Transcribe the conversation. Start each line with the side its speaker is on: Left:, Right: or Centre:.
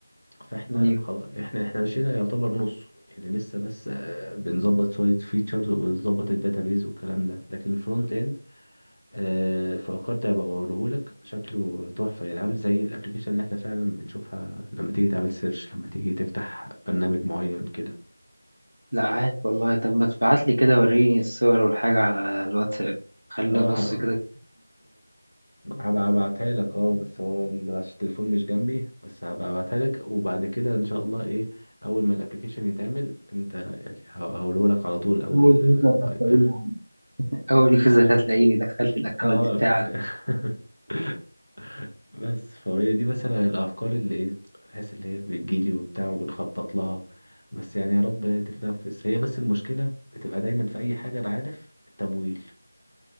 Left: فاحنا
Right: ايوه
Left: خلاص احنا احنا مشينا يعتبر نص يعني لسه بس آه بنظبط شوية فيتشرز وبنظبط الداتابيز والكلام ده لكن الفرونت اند آه فكرت ابقى اوريهولك شكله تحفة يعني عامل زي الابلكيشن اللي احنا فعلا بنشوفها لما تيجي تعمل سيرش لما تيجي تفتح برنامج معين كده
Right: لا عارف والله طب ما تبعت لي كده وريني الصور والحاجه على الواتساب خلينا
Left: اه
Right: ابص كده
Left: هبقى ابعتها لك اه بس هو ال- عشان التليفون مش جنبي بس هبقى ابعتها لك وبعد كده ان شاء الله ايه اول ما الابلكيشن يتعمل انت يعني ه- هقوله لك على طول اول
Right: اول يوزر هتلاقيني
Left: ما يبقى اخر
Right: اول يوزر هتلاقيني دخلت الاكونت
Left: اه
Right: بتاعك
Left: <laughs> بس فهي دي مثلا الافكار اللي ايه تحس اللي هي بتجيلي وبتاع وبنخطط لها بس يعني يا رب تتنفس هي بس المشكلة بتبقى دايما في اي حاجة انا عارف التمويل